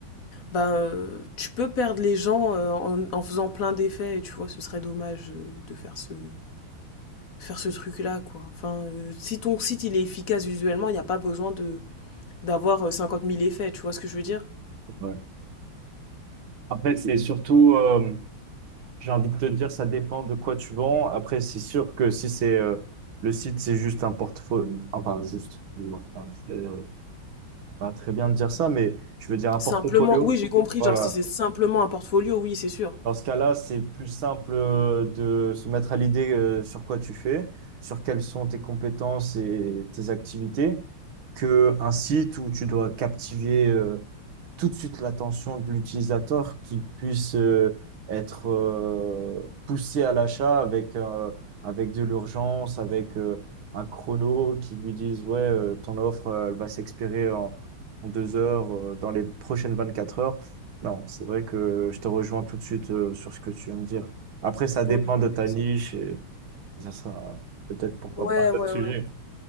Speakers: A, on the left (about 45°); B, on the right (about 70°).
A: ben, euh, tu peux perdre les gens euh, en, en faisant plein d'effets et tu vois, ce serait dommage euh, de faire ce, faire ce truc-là, quoi. Enfin, euh, si ton site il est efficace visuellement, il n'y a pas besoin de d'avoir euh, 50 000 effets, tu vois ce que je veux dire?
B: Ouais. Après, c'est surtout, euh, j'ai envie de te dire, ça dépend de quoi tu vends. Après, c'est sûr que si c'est euh, le site, c'est juste un portfolio, enfin, juste, excuse-moi, c'est un trait, euh, Pas très bien de dire ça, mais je veux dire un
A: Simplement,
B: portfolio.
A: oui, j'ai compris,
B: Voilà.
A: genre si c'est simplement un portfolio, oui, c'est sûr.
B: Dans ce cas-là, c'est plus simple euh, de se mettre à l'idée euh, sur quoi tu fais, sur quelles sont tes compétences et tes activités, que un site où tu dois captiver euh, tout de suite l'attention de l'utilisateur, qu'il puisse euh, être euh, poussé à l'achat avec euh, avec de l'urgence, avec euh, un chrono qui lui dise ouais, euh, ton offre euh, elle va s'expirer en, en deux heures euh, dans les prochaines 24 heures. Non, c'est vrai que je te rejoins tout de suite euh, sur ce que tu viens de dire. Après, ça dépend
A: Ouais,
B: de ta
A: Ça-
B: niche et ça sera peut-être pourquoi
A: ouais,
B: pas
A: ouais.
B: un autre sujet.
A: ouais.